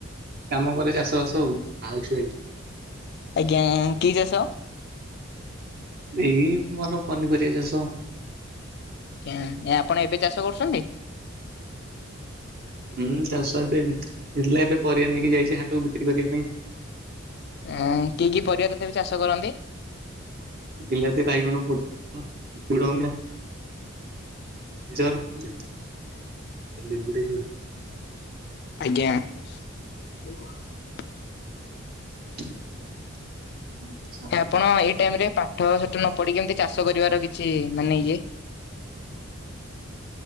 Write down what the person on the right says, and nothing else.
କାମ କରେ ଚାଷ ବାସ ଆଉ
ଏଇ ମୋର ପନିପରିବା ଚାଷ।
ହୁଁ ଚାଷ ଏବେ ହେଇଥିଲା ଏବେ ପରିବା ନେଇକି ଯାଇଛି ହାଟକୁ ବିକ୍ରି କରିବା ପାଇଁ
ବିଲାତି ବାଇଗଣ, ପୋଟଳ, ଝୁଡଙ୍ଗ <unintelligible>
<inaudible>